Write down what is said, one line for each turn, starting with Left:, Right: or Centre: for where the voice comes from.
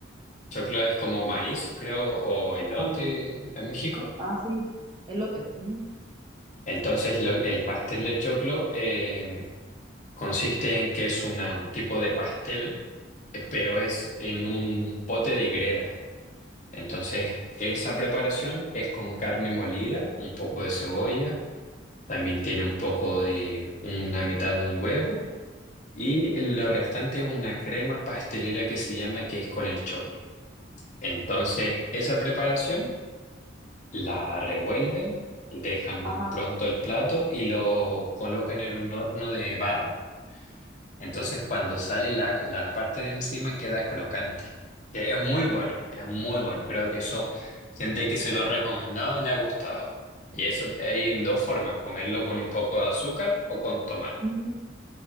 Left: Choclo es como maíz, creo, o elote
Right: Ah,
Left: en México.
Right: ah, sí, elote. ujú.
Left: Entonces, lo- el pastel de choclo eh, consiste en que es una- un tipo de pastel, eh, pero es en un pote de greda. Entonces, esa preparación es con carne molida, un poco de cebolla, también tiene un poco de una mitad de un huevo y lo restante es una crema pastelera que se llama que es con el choclo. Entonces, esa preparación La revuelven, dejan
Right: Ajá.
Left: pronto el plato y lo colocan en un horno de barro. Entonces cuando sale la, la parte de encima queda crocante. Que es muy bueno, es muy bueno. Creo que eso, gente que se lo ha recomendado le ha gustado. Y eso hay dos formas, comerlo con un poco de azúcar o con tomate.
Right: Mm.